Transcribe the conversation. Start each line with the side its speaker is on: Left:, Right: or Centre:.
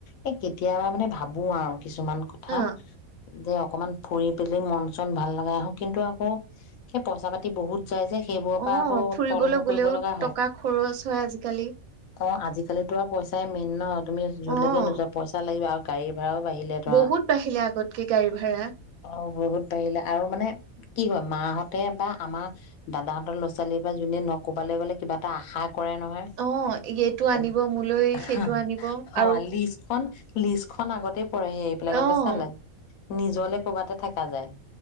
Left: এই কেতিয়াবা মানে ভাবো আও কিছুমান কথা
Right: অ',
Left: যে অকণমান ফুৰি পেলি মন চন ভাল লগাই আহোঁ কিন্তু অ সেই পইচা পাতি বহুত যাই যে সেইবোৰৰ পৰা
Right: অ',
Left: আকৌ
Right: ফুৰিবলৈ
Left: তলমূৰ
Right: গ'লেও
Left: কৰিব লগা হয়
Right: টকা খৰচ হয় আজিকালি
Left: অ আজিকালিতো আৰু পইচাই মেইন ন তুমি যলৈকে
Right: অ'।
Left: নোযোৱা পইচা লাগিব আৰু কাই ভাড়াও বাঢ়িলে ধৰা
Right: বহুত বাঢ়িলে আগতকে গাড়ী ভাড়া
Left: অ বহুত বাঢ়িলে আৰু মানে কি হয় মাহঁতে বা আমাৰ দাদাহঁতৰ ল'ৰা ছোৱালী বা যোনে ন ক'বালৈ গ'লে কিবা এটা আশা কৰে নহয়
Right: অ', এইটো আনিব
Left: অ
Right: মোলৈ সেইটো
Left: হাহা
Right: আনিব আৰু
Left: অ লিষ্টখন লিষ্টখন আগতে পৰে, সেইবিলাক
Right: অ',
Left: গম পাইছা নাই। নিজলে কৰ'বাতে থাকা যায়।